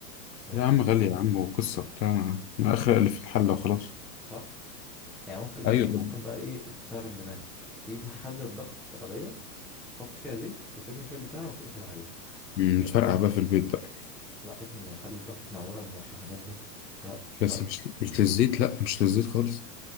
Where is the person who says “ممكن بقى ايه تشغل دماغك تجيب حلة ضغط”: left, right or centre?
Centre